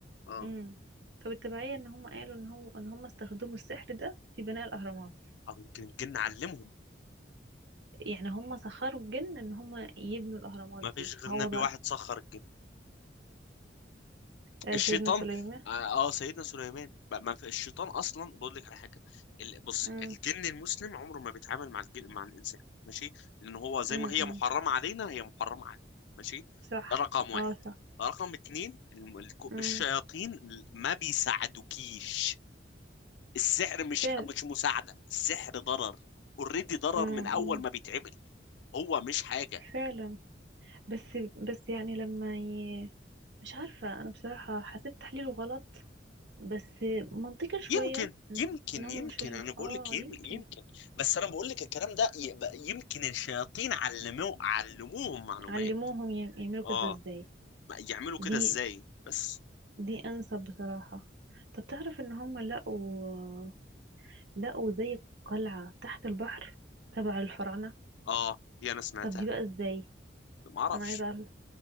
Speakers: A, on the left; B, on the right.
A: اه
B: امم فبالتبعية ان هم قالوا ان هم ان هم استخدموا السحر ده في بناء الاهرامات
A: او يمكن الجن علمهم
B: يعني هم سخروا الجن ان هم يبنوا الاهرامات
A: ما
B: دي
A: فيش غير
B: فهو
A: نبي
B: بقى
A: واحد سخر الجن
B: آه،
A: الشيطان
B: سيدنا سليمان
A: اه آه، سيدنا سليمان بقى ما في الشيطان اصلا بقول لك على حاجه ال- بص
B: امم
A: الجن المسلم عمره ما بيتعامل مع الجن مع الانسان ماشي لان هو زي
B: امم
A: ما هي محرمه علينا هي محرمه علينا ماشي
B: صح
A: ده رقم واحد
B: اه
A: رقم اتنين الم- الك-
B: صح
A: الشياطين ما بيساعدوكيش السحر مش
B: فعلا
A: مش مساعده السحر ضرر اوريدي ضرر
B: أمم.
A: من اول ما بيتعمل هو مش حاجه
B: فعلا بس بس يعني لما ي... مش عارفة أنا بصراحة حسيت تحليله غلط بس منطقي شوية
A: يمكن
B: إنهم
A: يمكن
B: إنهم
A: يمكن
B: مشهورين
A: انا
B: ب...
A: بقول
B: آه
A: لك يمكن
B: يمكن
A: بس انا بقول لك الكلام ده يبقى يمكن الشياطين علموه علموهم معلومات
B: علموهم يعم- يعملوا
A: اه
B: كده إزاي
A: ما- يعملوا كده
B: دي
A: ازاي بس
B: دي أنسب بصراحة طب تعرف إن هم لقوا لقوا زي قلعة تحت البحر تبع الفراعنة
A: اه دي انا سمعتها
B: طب دي بقى إزاي
A: ما اعرفش
B: أنا عايزة أعرف